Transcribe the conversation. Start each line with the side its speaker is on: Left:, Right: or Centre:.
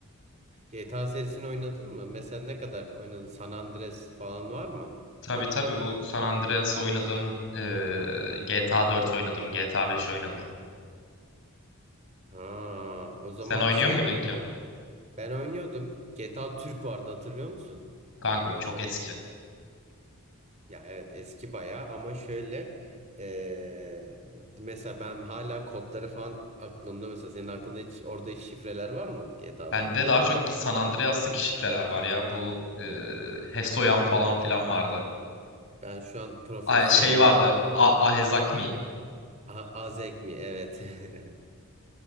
Right: GTA serisini oynadın mı? Mesela ne kadar oynadın? San Andreas falan var mı?
Left: Tabii tabii bu San Andreas oynadım. Ee, GTA 4 oynadım. GTA 5 oynadım.
Right: Ha, o zaman
Left: Sen oynuyor
Right: şey
Left: muydun ki?
Right: ben oynuyordum. GTA Türk vardı hatırlıyor musun?
Left: Kanka o çok eski.
Right: Ya evet eski bayağı ama şöyle eee, mesela ben hala kodları falan aklımda mesela senin aklında hiç orada hiç şifreler var mı GTA'dan?
Left: Bende daha çok San Andreas'taki şifreler var ya. Bu e, Hesoyan falan filan vardı.
Right: Ben şu an profesyonel
Left: Ay, şey vardı. A Ahezakmi.
Right: A- Azek mi? Evet. <laughs>